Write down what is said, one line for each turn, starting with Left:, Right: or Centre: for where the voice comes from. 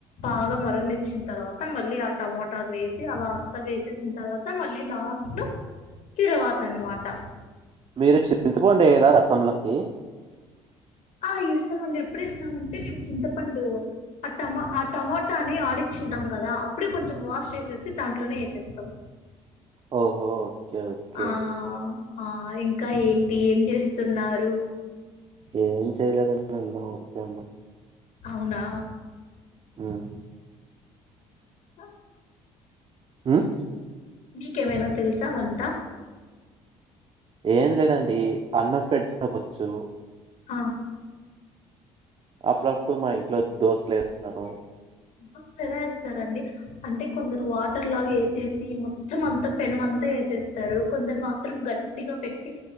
Left: బాగా మరగనిచ్చిన తర్వాత మళ్ళీ ఆ టమమాటా వేసి సి అలా అంత వేసేసిన తర్వాత మళ్ళీ లాస్ట్ లొ తిరవాత అనమాట
Right: మీరు చింతపండు వేయరా రసంలోకి
Left: ఆ వేస్తామండి ఎప్పుడు వేస్తామంటే మేము చింతపండు ఆ టమాటా ఆ కాని ఆడిచింటాం కదా అప్పుడే కొంచెం వాష్ చేసేసి దాంట్లోనే వేసేస్తాం
Right: ఓహో ఒకే ఒకే
Left: ఆ ఆ ఇంకా ఏంటి ఏం చేస్తున్నారు
Right: ఏం చేయలేదు ఉన్నా ఊరికే ఉన్నా
Left: అవునా
Right: హ్మ్
Left: ఎంత
Right: హ్మ్
Left: మీకేమైన తెలుసా వంట
Right: ఏం లేదండి అన్నం పెట్టడంవచ్చు
Left: ఆ
Right: అప్పుడప్పుడు మా ఇంట్లో దోశలు వేస్తాను
Left: దోసెలు ఎలా వేస్తారండి అంటే కొందరు వాటర్ లాగా వేసేసి మొత్తం అంతా పెనుమంతా వేసేస్తారు కొందరు మాత్రం గట్టిగా పెట్టి